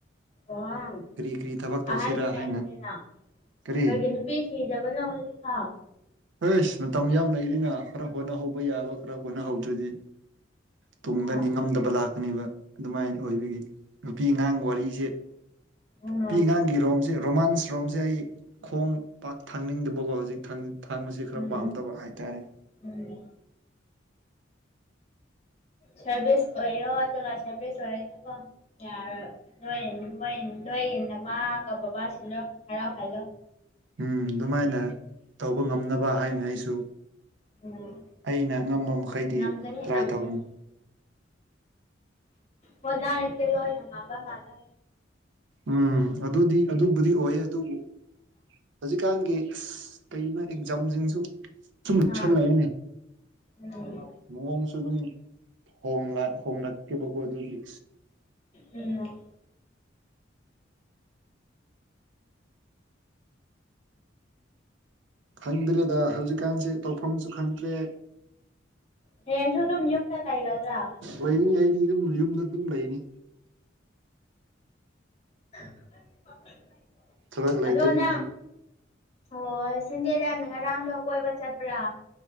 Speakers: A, on the left (about 35°); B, on the right (about 70°).
A: ꯑꯣ
B: ꯀꯔꯤ ꯀꯔꯤ ꯊꯕꯛ ꯇꯧꯁꯤꯔꯥ
A: ꯑꯍꯟꯅꯤꯅꯦ
B: ꯍꯥꯏꯅ
A: ꯑꯗꯨꯗꯤ ꯅꯥꯎ
B: ꯀꯔꯤ
A: ꯀꯩꯒꯤ ꯅꯨꯄꯤ ꯊꯤꯗꯕꯅꯣ ꯍꯧꯖꯤꯛ ꯐꯥꯎ꯫
B: ꯑꯦꯁ ꯃꯇꯝ ꯌꯥꯝ ꯂꯩꯔꯤꯅ ꯈꯔ ꯍꯣꯠꯅꯍꯧꯕ ꯌꯥꯕ ꯈꯔ ꯍꯣꯠꯅꯍꯧꯗ꯭ꯔꯗꯤ ꯇꯨꯡꯗ
A: ꯑꯥ
B: ꯅꯤꯡꯉꯝꯗꯕ ꯂꯥꯛꯀꯅꯦꯕ ꯑꯗꯨꯃꯥꯏꯅ ꯑꯣꯏꯕꯒꯤ ꯅꯨꯄꯤ ꯑꯉꯥꯡ ꯋꯥꯔꯤꯁꯦ
A: ꯎꯝ
B: ꯄꯤꯉꯥꯡꯒꯤ ꯔꯣꯝꯁꯤ ꯔꯣꯃꯥꯟꯁ ꯔꯣꯝꯁꯦ ꯑꯩ ꯈꯣꯡ ꯄꯥꯛ ꯊꯥꯡꯅꯤꯡꯗꯕꯒꯣ ꯍꯧꯖꯤꯛ ꯊꯥꯡ ꯊꯥꯡꯕꯁꯤ
A: ꯎꯝ
B: ꯈꯔ ꯄꯥꯝꯗꯕ ꯍꯥꯏꯇꯥꯔꯦ꯫
A: ꯎꯝ ꯁꯦꯕꯦꯁ ꯑꯣꯏꯌꯣ ꯑꯗꯨꯒ ꯁꯦꯕꯦꯁ ꯑꯣꯏꯔꯒꯦꯀꯣ꯫ ꯌꯥꯔꯣ ꯅꯣꯏ ꯅꯣꯏ ꯅꯣꯏ ꯅꯃꯥꯒ ꯕꯕꯥꯁꯤꯅꯣ ꯍꯔꯥꯎꯍꯜꯂꯣ꯫
B: ꯎꯝ ꯗꯨꯃꯥꯏꯅ ꯇꯧꯕ ꯉꯝꯅꯕ ꯍꯥꯏꯅ ꯑꯩꯁꯨ
A: ꯎꯝ
B: ꯑꯩꯅ ꯉꯝꯕ ꯃꯈꯩꯗꯤ
A: ꯉꯝꯒꯅꯤ
B: ꯇ꯭ꯔꯥꯏ
A: ꯉꯝꯒꯅꯤ
B: ꯇꯧꯔꯅꯤ
A: ꯍꯣꯠꯅꯔꯗꯤ ꯂꯣꯏꯅ ꯉꯝꯕ ꯉꯥꯛꯇ
B: ꯎꯝ ꯑꯗꯨꯗꯤ ꯑꯗꯨꯕꯨꯗꯤ ꯑꯣꯏꯌꯦ ꯑꯗꯨꯕꯨ ꯍꯧꯖꯤꯛꯀꯥꯟꯒꯤ ꯀꯩꯅ ꯑꯦꯛꯖꯥꯝꯖꯤꯡꯖꯨ ꯁꯨꯝ ꯂꯨꯁꯜꯂꯛꯑꯦꯅꯦ꯫
A: ꯑꯥ ꯎꯝ
B: ꯃꯑꯣꯡꯁꯨ ꯑꯗꯨꯝ ꯍꯣꯡꯂꯛ ꯍꯤꯡꯂꯛꯀꯦꯕꯀꯣ ꯑꯗꯨꯒꯤ
A: ꯎꯝ
B: ꯈꯪꯗ꯭ꯔꯦꯗ ꯍꯧꯖꯤꯛꯀꯥꯟꯁꯤ ꯇꯧꯐꯝꯁꯨ ꯈꯪꯗ꯭ꯔꯦ
A: ꯍꯌꯦꯡꯁꯨ ꯑꯗꯨꯝ ꯌꯨꯝꯗ ꯂꯩꯒꯗ꯭ꯔꯥ
B: ꯂꯩꯅꯤ ꯑꯩꯗꯤ ꯌꯨꯝ ꯌꯨꯝꯗ ꯑꯗꯨꯝ ꯂꯩꯅꯤ
A: <unintelligible>
B: ꯊꯕꯛ ꯂꯩꯇꯕꯅꯤꯅ
A: ꯑꯗꯣ ꯅꯪ ꯊꯑꯣꯏ ꯁꯟꯗꯦꯗ ꯅꯪ ꯉꯔꯥꯡꯗꯣ ꯀꯣꯏꯕ ꯆꯠꯄ꯭ꯔꯥ꯫